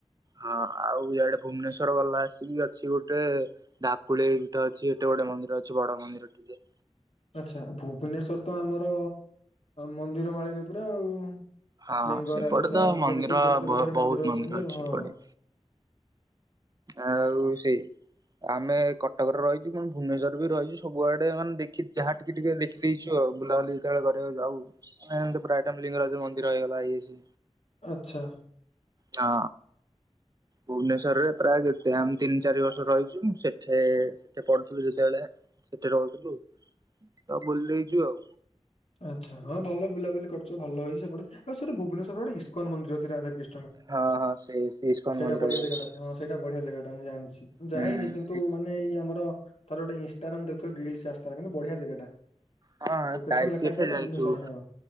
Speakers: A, on the right; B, on the left.
A: ହଁ ଆଉ ଇଆଡ଼େ ଭୁବନେଶ୍ୱର <unintelligible> ଅଛି ଗୋଟେ। ଡାକୁଳେଇ ଗୋଟେ ଅଛି ଏଟା ଗୋଟେ ମନ୍ଦିର ଅଛି ବଡ ମନ୍ଦିର ଟିକେ।
B: ଆଚ୍ଛା ଭୁବନେଶ୍ୱର ତ ଆମର ମନ୍ଦିର ମାଳିନୀ ପୁରା ଆଉ।
A: ହଁ
B: ଲିଙ୍ଗରାଜଠୁ
A: ସେପଟେ ତ
B: ଆରମ୍ଭ
A: ମନ୍ଦିର
B: କରିକି ଯେତେ ପ୍ରକାର
A: ବହୁତ ମନ୍ଦିର
B: ଅଛନ୍ତି
A: ଅଛି
B: ଆଉ ହଁ
A: ସେପଟେ। ଆଉ ସେଇ ଆମେ କଟକରେ ରହିଛୁ କିନ୍ତୁ ଭୁବନେଶ୍ୱର ରେ ବି ରହିଛୁ ସବୁଆଡେ ମାନେ ଦେଖି ଯାହା ଟିକେ ଟିକେ ପିଇଚୁ ଆଉ ବୁଲାବୁଲି ଯେତେବେଳେ କରିବାକୁ ଯାଉ। <unintelligible> ପ୍ରାୟଟାଇମ ଲିଙ୍ଗରାଜ ମନ୍ଦିର ହେଇଗଲା ଇଏ।
B: ଆଚ୍ଛା।
A: ହଁ ଭୁବନେଶ୍ଵରରେ ପ୍ରାୟ କେତେ ଆମେ ତିନି ଚାରି ବର୍ଷ ରହିଛୁ ସେଠେ ପଢୁଥିଲୁ ଯେତେବେଳେ। ସେଠି ରହୁଥିଲୁ ତ ବୁଲିଦେଇଚୁ ଆଉ।
B: ଆଚ୍ଛା ହଁ ଭଲ ବୁଲାବୁଲି କରୁଚ ଭଲ ହେଇଛି ସେପଟେ। ଭୁବନେଶ୍ୱର ରେ ଗୋଟ ଇସ୍କନ ମନ୍ଦିର ଅଛି ରାଧା କ୍ରୀ
A: ହଁ ହଁ ସେ ସେ ଇସ୍କନ
B: ସେଟି
A: ମନ୍ଦିର
B: ବଢିଆ
A: ବି
B: ଜାଗାଟା
A: ଅଛି।
B: ହିଁ। ସେଇଟା ବଢିଆ ଜାଗା ଟା ମୁଁ ଜାଣିଛି ଯାଇନି
A: ହୁଁ
B: କିନ୍ତୁ
A: ସେ
B: ମାନେ ଏଇ ଆମର। ଥରେ ଗୋଟେ ଇନଷ୍ଟାରେ ଦେଖୁଥିଲି ରିଲିସ୍ ଆସିଥିଲା କିନ୍ତୁ ବଢିଆ ଜାଗାଟା
A: ହଁ
B: <unintelligible>
A: ଯାଇ
B: ଲେଖାାଇଥିଲା
A: ସେଠି
B: ଯେ
A: ଯାଇଛୁ
B: ଭୁବନେଶ୍ୱର ହ।